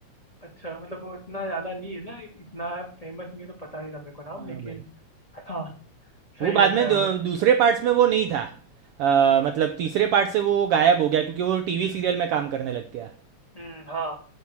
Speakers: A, on the left; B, on the right.
A: अच्छा मतलब वो इतना ज्यादा नहीं है ना इतना फेमस नहीं है तो पता नहीं था मेरे को नाम
B: हाँ
A: लेकिन
B: भाई
A: हाँ सही
B: वो बाद
A: रहता
B: में
A: है
B: दू-
A: वो
B: दूसरे पार्ट्स में वो नहीं था आ, मतलब तीसरे पार्ट से वो गायब हो गया क्योंकि वो टीवी सीरियल में काम करने लग गया
A: हम्म हाँ